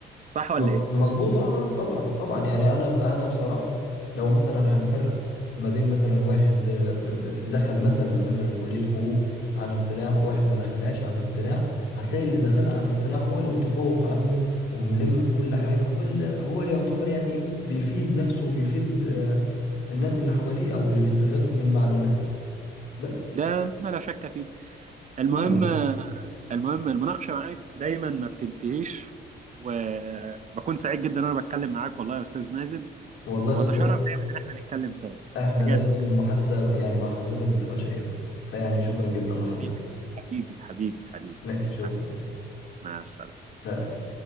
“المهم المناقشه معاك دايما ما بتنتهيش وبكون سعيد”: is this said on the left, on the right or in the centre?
Right